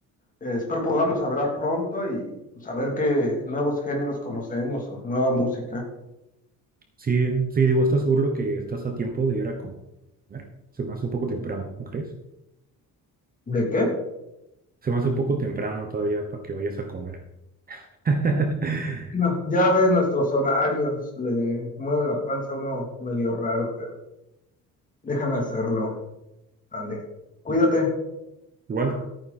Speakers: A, on the left; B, on the right.
A: Eh, espero podamos hablar pronto y saber qué nuevos géneros conocemos o nueva música.
B: Sí, sí, digo, ¿estás seguro que estás a tiempo de ir a comer? Se me hace un poco temprano, ¿no crees?
A: ¿De qué?
B: Se me hace un poco temprano todavía para que vayas a comer. <laughs>
A: No, ya ves nuestros horarios, le mueve la panza a uno medio raro, pero déjame hacerlo. Dale, cuídate.
B: Bien. Igual,